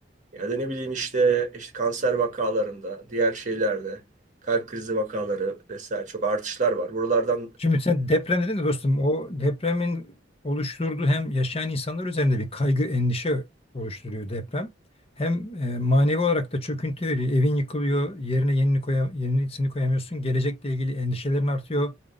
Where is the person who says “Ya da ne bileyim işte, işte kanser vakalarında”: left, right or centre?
Right